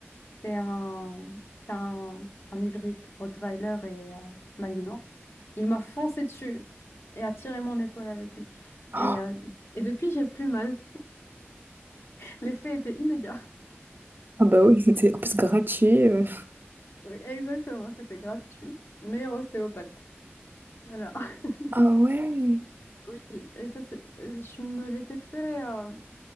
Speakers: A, on the left; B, on the right.
A: C'est un, c'est un, un hybride Rottweiler et euh, Malinois. Il m'a foncé dessus et a tiré mon épaule avec lui.
B: <gasps>
A: Et, euh, et depuis, j'ai plus mal. <laughs> L'effet était immédiat. <laughs>
B: Ah bah oui, <laughs> c'était en plus gratuit. euh.
A: Oui, exactement, c'était gratuit. Meilleur ostéopathe. Voilà. <laughs>
B: Ah ouais.
A: Oui, et ça, c'est... euh, je me l'étais fait... euh,